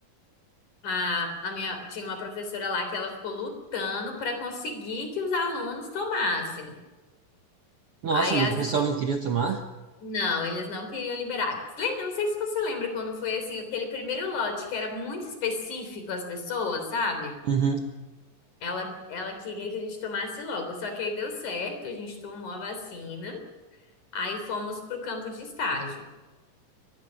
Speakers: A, on the left; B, on the right.
A: a, a minha, tinha uma professora lá que ela ficou lutando para conseguir que os alunos tomassem.
B: Nossa,
A: Aí,
B: mas
A: as,
B: o pessoal não queria tomar?
A: não, eles não queriam liberar. Lembra, não sei se você lembra quando foi assim, aquele primeiro lote que era muito específico às pessoas, sabe?
B: Uhum,
A: Ela, ela queria que a gente tomasse logo, só que aí deu certo, a gente tomou a vacina, aí fomos pro campo de estágio.